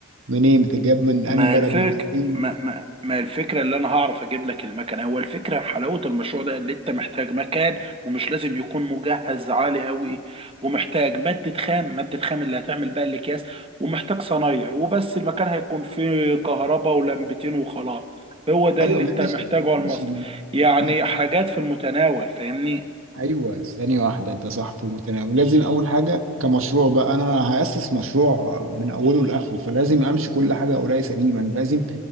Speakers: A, on the right (about 65°); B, on the right (about 25°).
A: منين بتتجاب من
B: ما
A: انهي بلد
B: الفك
A: من الصين
B: ما ما ما الفكرة اللي أنا هعرف أجيب لك المكنة هو الفكرة حلاوة المشروع ده اللي أنت محتاج مكان ومش لازم يكون مجهز عالي أوي ومحتاج مادة خام مادة خام اللي هتعمل بقى الأكياس ومحتاج صنايعي وبس المكان هيكون فيه كهرباء ولمبتين وخلاص هو ده
A: ايوه
B: اللي
A: ماشي
B: أنت محتاجه على
A: ماشي
B: المصنع
A: من
B: يعني
A: من
B: حاجات في المتناول فاهمني؟
A: ايوه ثانيه واحده انت صح في المتناول لازم اول حاجه كمشروع بقى انا هاسس مشروع من اوله لاخره فلازم امشي كل حاجه اوراقي سليمه لازم